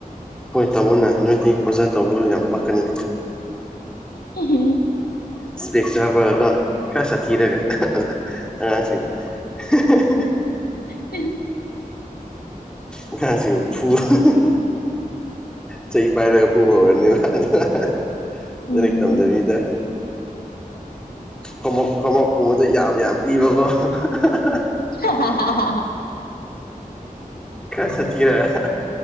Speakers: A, in the centre; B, on the left.
A: ꯍꯣꯏ ꯇꯝꯃꯣꯅ ꯅꯣꯏꯗꯤ ꯑꯣꯖꯥ ꯇꯧꯕꯗꯨ ꯌꯥꯝ ꯄꯛꯀꯅꯤ
B: ꯍꯥ ꯍꯥ
A: ꯏꯁꯄꯦꯛꯁ ꯍꯥꯞꯄꯒꯀꯣ ꯈꯔ ꯁꯥꯊꯤꯔꯒ ꯑꯍꯥ ꯑꯉꯥꯡꯁꯤꯡꯕꯨ ꯍꯥ ꯍꯥ
B: ꯍꯤꯍꯤ
A: ꯑꯉꯥꯡꯁꯤꯕꯨ ꯐꯨꯕ ꯍꯥ ꯍꯥ ꯆꯩ ꯄꯥꯏꯔꯒ ꯐꯨꯕ ꯍꯧꯔꯅꯤꯕ <unintelligible> ꯂꯥꯏꯔꯤꯛ
B: ꯎꯝ
A: ꯇꯝꯗꯕꯤꯗ ꯍꯣꯃꯣꯛ ꯍꯣꯋ꯭ꯔꯥꯛꯀꯨꯝꯕꯗꯣ ꯌꯥꯝ ꯌꯥꯝ ꯄꯤꯕꯀꯣ ꯍꯥ ꯍ ꯍ
B: ꯍꯥ ꯍꯥ ꯍꯥ ꯍ ꯍ ꯍ
A: ꯈꯔ ꯁꯥꯊꯤꯔ ꯑꯍꯥ